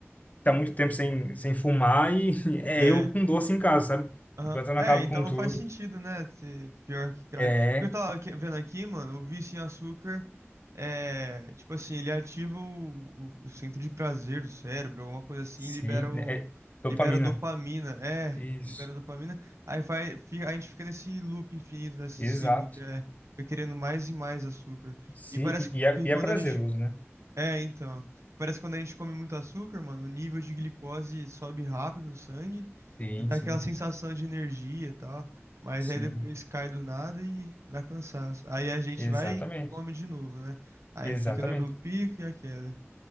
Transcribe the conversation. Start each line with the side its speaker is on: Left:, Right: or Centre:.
Left: tá muito tempo sem, sem fumar e <laughs> é
Right: É.
Left: eu com doce em casa, sabe?
Right: Aham.
Left: Enquanto eu não
Right: É,
Left: acabo
Right: então
Left: com tudo.
Right: faz sentido, né? Ser pior que crack.
Left: É,
Right: Porque eu tava aqui- vendo aqui, mano, o vício em açúcar é, tipo assim, ele ativa o, o- o centro de prazer do cérebro, alguma coisa assim,
Left: sim,
Right: e libera o
Left: né, é dopamina.
Right: libera dopamina. É,
Left: Isso,
Right: libera dopamina. Aí vai, fi- a gente fica nesse loop infinito, nesse
Left: exato.
Right: ciclo que é fica querendo mais e mais açúcar.
Left: Sim,
Right: E parece
Left: e e é,
Right: que
Left: e
Right: quando
Left: é prazeroso,
Right: a gente
Left: né?
Right: é, então. Parece que quando a gente come muito açúcar, mano, o nível de glicose sobe rápido no sangue
Left: Sim,
Right: e dá
Left: sim,
Right: aquela sensação de energia e tal. Mas
Left: sim.
Right: aí depois cai do nada e dá cansaço. Aí a gente
Left: Exatamente,
Right: vai e come de novo, né? Aí
Left: exatamente.
Right: fica dando o pico e a queda.